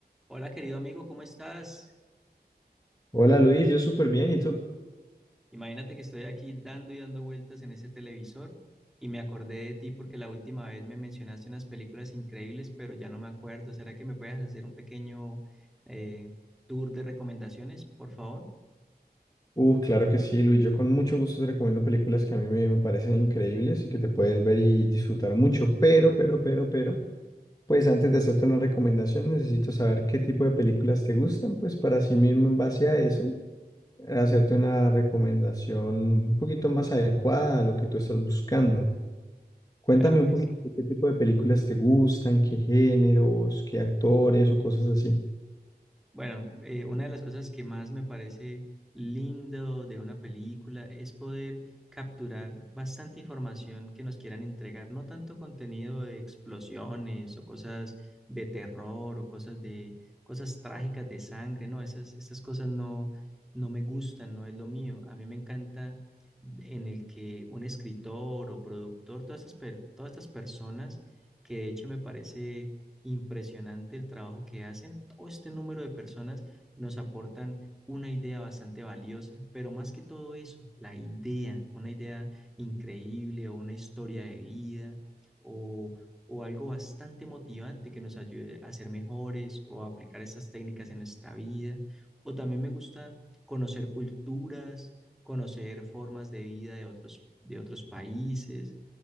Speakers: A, in the centre; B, on the left.
A: Hola querido amigo, ¿cómo estás?
B: Hola Luis, yo súper bien, ¿y tú?
A: Imagínate que estoy aquí dando y dando vueltas en ese televisor y me acordé de ti porque la última vez me mencionaste unas películas increíbles, pero ya no me acuerdo. ¿Será que me puedes hacer un pequeño eh, tour de recomendaciones, por favor?
B: Uh, claro que sí, Luis, yo con mucho gusto te recomiendo películas que a mí me, me parecen increíbles y que te puedes ver y disfrutar mucho, pero, pero, pero, pero, pues antes de hacerte una recomendación necesito saber qué tipo de películas te gustan, pues para sí mismo en base a eso, hacerte una recomendación un poquito más adecuada a lo que tú estás buscando. Cuéntame
A: Claro que
B: un poquito
A: sí.
B: de qué tipo de películas te gustan, qué géneros, qué actores o cosas así.
A: Bueno, eh, una de las cosas que más me parece lindo de una película es poder capturar bastante información que nos quieran entregar, no tanto contenido de explosiones o cosas de terror o cosas de cosas trágicas de sangre, no, esas, esas cosas no, no me gustan, no es lo mío. A mí me encanta en el que un escritor o productor, todas estas, per- todas estas personas que de hecho me parece Impresionante el trabajo que hacen. Todo este número de personas nos aportan una idea bastante valiosa, pero más que todo eso, la idea, una idea increíble o una historia de vida o, o algo bastante motivante que nos ayude a ser mejores o a aplicar esas técnicas en nuestra vida. O también me gusta conocer culturas, conocer formas de vida de otros, de otros países